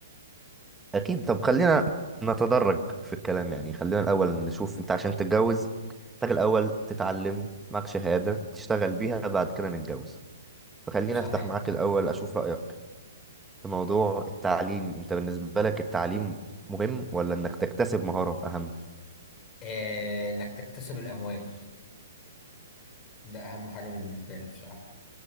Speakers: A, in the centre; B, on the left.
A: اكيد طب خلينا نتدرج في الكلام يعني خلينا الاول نشوف انت عشان تتجوز محتاج الاول تتعلم معك شهاده تشتغل بيها بعد كده نتجوز فخلينا
B: صحيح
A: افتح معاك الاول اشوف رايك في موضوع التعليم انت بالنسبه لك التعليم مهم ولا انك تكتسب مهاره اهم
B: آه، انك تكتسب الاموال ده اهم حاجه بالنسبه لي بصراحه